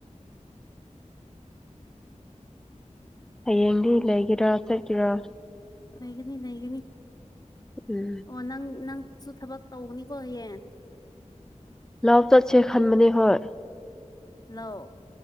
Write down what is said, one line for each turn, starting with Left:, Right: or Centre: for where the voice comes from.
Centre: ꯍꯌꯦꯡꯗꯤ ꯂꯩꯒꯦꯔꯥ ꯆꯠꯀꯦꯔ
Left: ꯂꯩꯒꯅꯤ ꯂꯩꯒꯅꯤ
Centre: ꯎꯝ
Left: ꯑꯣ ꯅꯪ ꯅꯪ ꯁꯨ ꯊꯕꯛ ꯇꯧꯒꯅꯤꯀꯣ ꯍꯌꯦꯡ
Centre: ꯂꯥꯎ ꯇꯠꯁꯦ ꯈꯟꯕꯅꯤ ꯍꯣꯏ
Left: ꯂꯧ